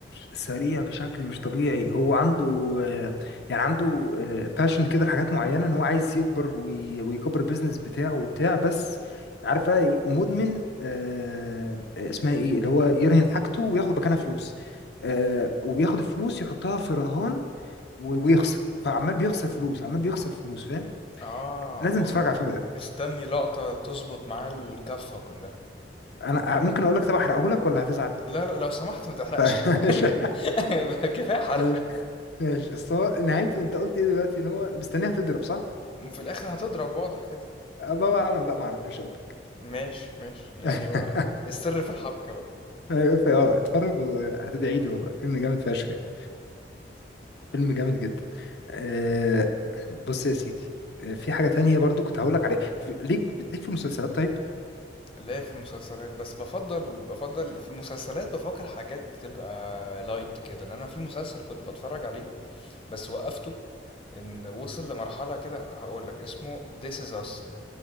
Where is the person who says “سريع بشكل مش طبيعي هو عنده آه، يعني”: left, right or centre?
Left